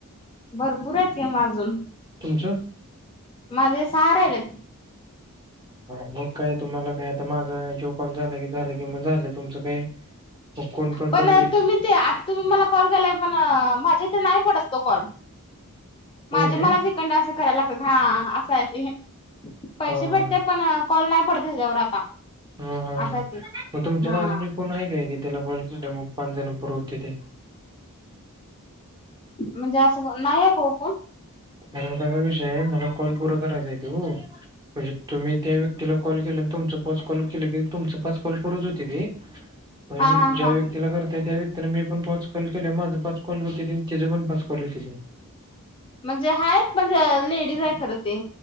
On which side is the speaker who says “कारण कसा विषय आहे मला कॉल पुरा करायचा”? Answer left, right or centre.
Right